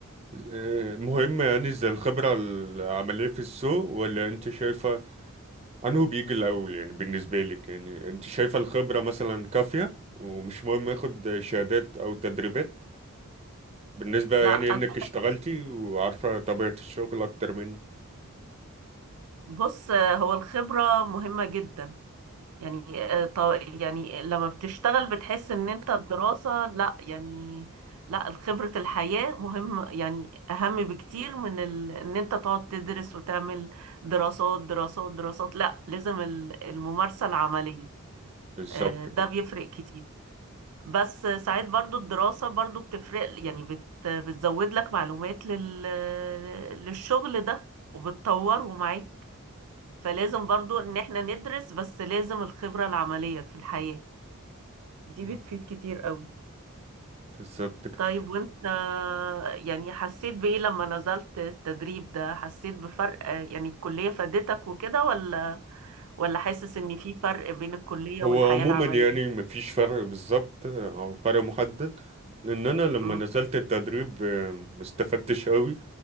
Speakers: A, on the right; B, on the right.
A: آه، مهم يعني زي الخبرة العملية في السوق ولا انت شايفة انه بيجي الاول يعني بالنسبة لك يعني انت شايفة الخبرة مثلا كافية ومش مهم ياخد شهادات او تدريبات بالنسبة يعني
B: لا
A: انك
B: انا
A: اشتغلتي وعارفة طبيعة الشغل اكتر مني
B: بص آه، هو الخبرة مهمة جدا يعني آه، طو- يعني لما بتشتغل بتحس ان انت الدراسة لا يعني لا خبرة الحياة مهم يعني اهم بكتير من ال... ان انت تقعد تدرس وتعمل دراسات دراسات دراسات لا لازم ال- الممارسة العملية
A: بالظبط
B: آه، ده
A: كده
B: بيفرق كتير بس ساعات برضو الدراسة برضو بتفرق يعني بت... بتزود لك معلومات لل... للشغل ده وبتطوره معاك فلازم برضو ان احنا ندرس بس لازم الخبرة العملية في الحياة دي
A: مم.
B: بتفيد كتير قوي
A: بالظبط كده
B: طيب وانت يعني حسيت بإيه لما نزلت التدريب ده حسيت بفرق يعني الكلية فادتك وكده ولا ولا حاسس ان في فرق بين الكلية
A: هو
B: والحياة
A: عموما
B: العملية
A: يعني مفيش فرق بالظبط او فرق محدد لان انا لما
B: امم
A: نزلت التدريب آه، ما استفدتش قوي